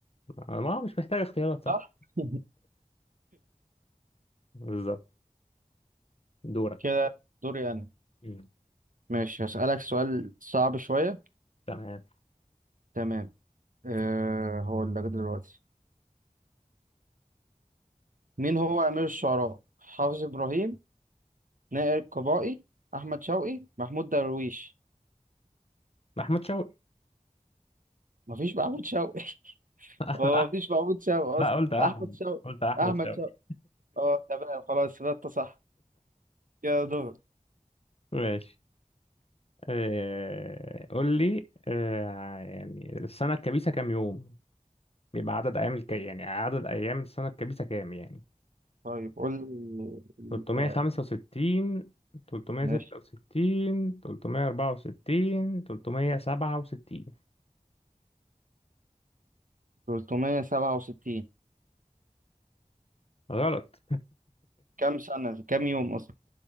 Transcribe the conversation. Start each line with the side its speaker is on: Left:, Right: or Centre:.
Left: آه، ما هو مش محتاج اختيارات صح
Right: صح <laughs>
Left: بالظبط دورك
Right: كده دوري أنا
Left: مم.
Right: ماشي هسألك سؤال صعب شوية
Left: تمام
Right: تمام أه هو اللي جه دلوقتي مين هو أمير الشعراء حافظ إبراهيم نائر قبائي أحمد شوقي محمود درويش
Left: أحمد شوقي
Right: مفيش محمود شوقي <laughs>
Left: <laughs>
Right: هو مفيش محمود شوقي
Left: لا
Right: أصلا
Left: قلت أحمد
Right: أحمد شوقي
Left: قلت أحمد
Right: أحمد
Left: شوقي
Right: شوقي أه تمام خلاص ده أنت صح يا دور
Left: ماشي آه، قول لي آه، يعني السنة الكبيسة كام يوم بيبقى عدد أيام الك... يعني عدد أيام السنة الكبيسة كام يعني
Right: طيب قول ال-
Left: 365
Right: ال-
Left: 366
Right: ماشي
Left: 364 367
Right: 367
Left: غلط
Right: كم سنة كم يوم أصلا